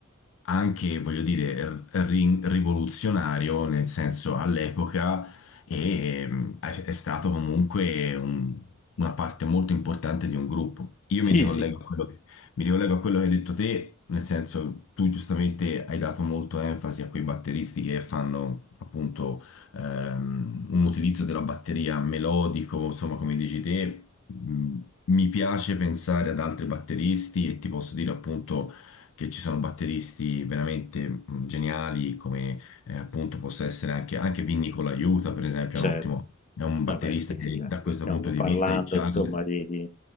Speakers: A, on the left; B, on the left.
A: anche, voglio dire, r- rin- rivoluzionario, nel senso all'epoca e, ehm, è, è stato comunque un- una parte molto importante di un gruppo. Io
B: sì,
A: mi ricollego
B: sì,
A: a quello che, mi ricollego a quello che hai detto te, nel senso tu giustamente hai dato molto enfasi a quei batteristi che fanno appunto ehm, un utilizzo della batteria melodico, insomma, come dici te. mh, Mi piace pensare ad altri batteristi e ti posso dire appunto che ci sono batteristi veramente mh, geniali, come eh, appunto possa essere anche, anche Vinny Colaiuta, per esempio,
B: certo.
A: è un ottimo, è un batterista
B: Vabbè, sì,
A: che
B: sì, eh,
A: da
B: qui
A: questo
B: stiamo
A: punto di
B: parlando
A: vista, il Charlie.
B: insomma di di